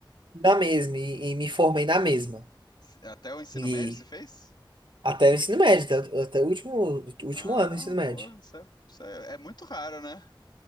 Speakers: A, on the right; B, on the left.
A: na mesma, e, e me formei na mesma.
B: Até o ensino médio
A: E
B: você fez?
A: até o ensino médio, até, até o último, último
B: Ah,
A: ano do ensino médio.
B: pô, isso é, isso é, é muito raro, né?